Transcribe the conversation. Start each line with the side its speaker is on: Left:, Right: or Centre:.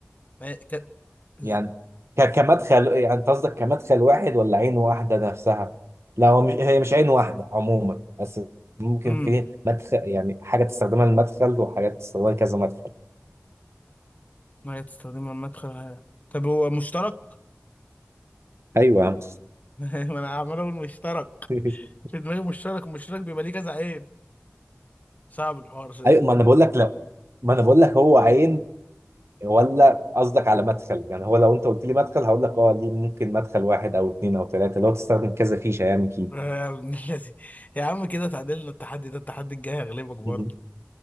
Left: إيه ك... ز-
Right: يعني ك- كمدخل يعني انت قصدك كمدخل واحد ولا عين واحدة نفسها؟ لا هو مش هي مش عين واحدة عموما بس ممكن
Left: امم
Right: في مدخل يعني حاجة تستخدمها للمدخل وحاجات تستخدمها لكذا مدخل
Left: ما هي تستخدمها المدخل على- طب هو مشترك
Right: ايوه يا عم
Left: <laughs> ما انا عمال اقول مشترك
Right: <laughs>
Left: في دماغي مشترك مشترك بيبقى ليه كذا عين صعب الحوار ده
Right: ايوه
Left: يعني
Right: ما انا بقول لك لا ما انا بقول لك هو عين ولا قصدك على مدخل يعني هو لو انت قلت لي مدخل هقول لك اه دي ممكن مدخل واحد او اتنين او تلاتة لو تستخدم كذا فيشة يعني كي
Left: <laughs> آه، يا ابن الذي يا عم كده تعادلنا التحدي ده التحدي الجاي هغلبك برضه
Right: مهم.